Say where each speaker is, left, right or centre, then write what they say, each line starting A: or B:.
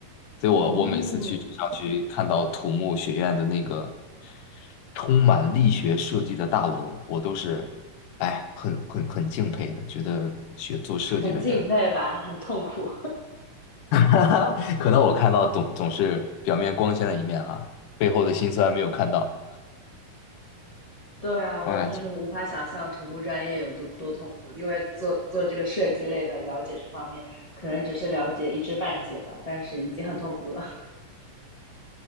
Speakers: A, on the left (about 80°); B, on the left (about 30°).
A: 所以我我每次去住校区看到土木学院的那个
B: 嗯，
A: 充满力学设计的大楼，我都是哎很很很敬佩的，觉得学做设计的人，
B: 很敬佩吧，很痛苦。
A: <laughs> 可能我看到总总是表面光鲜的一面啊，背后的辛酸没有看到。
B: 对啊，我就是无法想象土木专业有多多痛苦，
A: 哎，
B: 因为做做这个设计类的，了解这方面可能只是了解一知半解吧，但是已经很痛苦了。<laughs>